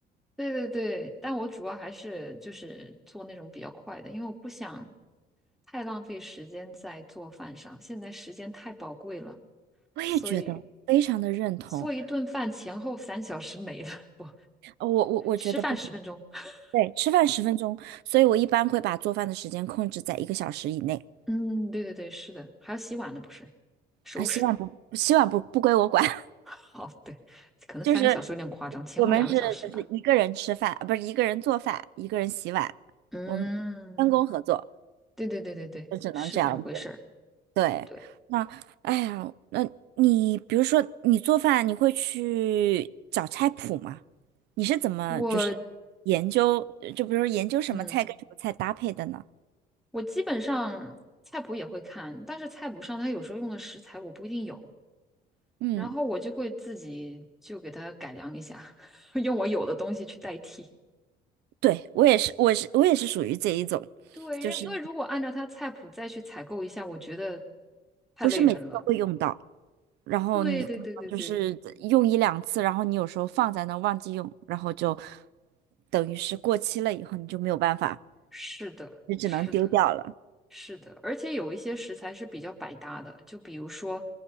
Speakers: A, in the centre; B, on the right.
A: 对对对。但我主要还是就是做那种比较快的，因为我不想太浪费时间在做饭上，现在时间太宝贵了，
B: 我也觉得非常的认同，
A: 所以做一顿饭前后三小时没了，<laughs> 不，
B: 呃我我我觉得不行。
A: 吃饭十分钟。<laughs>
B: 对，吃饭十分钟，所以我一般会把做饭的时间控制在一个小时以内。
A: 嗯，对对对，是的，还要洗碗呢，不是，收拾。
B: 啊，洗碗不，洗碗不不归我管，<laughs>
A: <laughs> 好，对，可能三个小时有点夸张，
B: 就是
A: 前后两个小时吧。
B: 我们是就是一个人吃饭，啊不是一个人做饭，一个人洗碗，
A: 嗯，
B: 我们分工合作，
A: 对对对对对，
B: 就只能这样子。
A: 是这么回事儿。
B: 对，
A: 对，
B: 那哎呀，那你比如说你做饭，你会去找菜谱吗？你是怎么就是研究，
A: 我，
B: 就比如说研究什么菜跟什么菜搭配的呢？
A: 嗯，我基本上菜谱也会看，但是菜谱上它有时候用的食材我不一定有，
B: 嗯
A: 然后我就会自己就给它改良一下，<laughs> 用我有的东西去代替。
B: 对，我也是，我是我也是属于这一种，
A: 对，
B: 就是
A: 让因为如果按照它菜谱再去采购一下，我觉得太累人了。
B: 不是每次都会用到，然后你可能就是用一两次，
A: 对对对对对，
B: 然后你有时候放在那儿忘记用，然后就等于是过期了以后你就没有办法，
A: 是的，
B: 你只能丢掉了。
A: 是的。是的，而且有一些食材是比较百搭的，就比如说